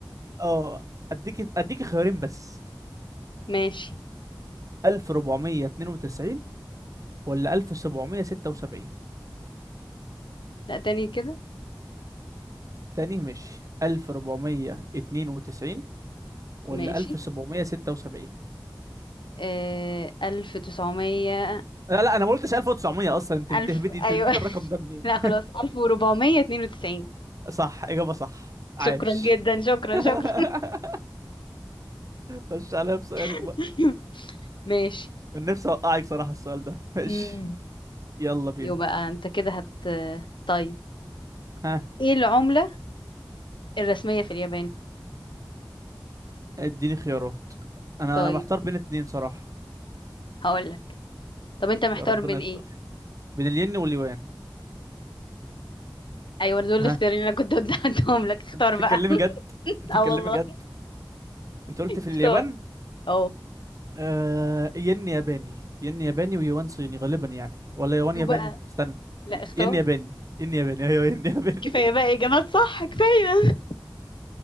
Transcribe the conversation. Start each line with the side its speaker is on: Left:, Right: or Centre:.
Right: اه اديك اديك خيارين بس
Left: ماشي
Right: 1492 ولا 1776
Left: لا تاني كده
Right: تاني ماشي 1492 ولا
Left: ماشي
Right: 1776
Left: آه ألف تسعمية
Right: لا لا انا ما قلتش 1900 اصلا انت
Left: ألف
Right: بتهبدي
Left: أيوة
Right: انت بتجيب الرقم
Left: <laughs>
Right: ده منين
Left: لا خلاص ألف وربعمية اتنين وتسعين
Right: صح اجابه صح
Left: شكرا
Right: عاش
Left: جدا شكرا
Right: <laughs>
Left: شكرا
Right: خش عليا بسؤالك
Left: <laughs>
Right: بقى
Left: ماشي
Right: كان نفسي اوقعك صراحه السؤال ده ماشي
Left: مم.
Right: يلا بينا
Left: يو بقى أنت كده هت طيب
Right: ها
Left: إيه العملة الرسمية في اليابان
Right: اديني خيارات انا
Left: طيب
Right: انا محتار بين اتنين صراحة
Left: هقولك طب انت محتار
Right: يا ربنا
Left: بين
Right: يستر
Left: ايه
Right: بين الين واليوان
Left: ايوه دول
Right: ها
Left: الاختيارين اللي انا كنت قدامهم لك اختار
Right: انت بتتكلمي
Left: بقى <laughs>
Right: جد بتتكلمي
Left: اه والله
Right: جد انت قلت في اليابان
Left: اختار اه
Right: آه... ين ياباني ين ياباني ويوان صيني غالبا يعني ولا يوان
Left: يو
Right: ياباني
Left: بقى
Right: استنى
Left: لا اختار
Right: ين ياباني ين ياباني ايوه ين ياباني
Left: كفايه بقى اجابات صح كفايه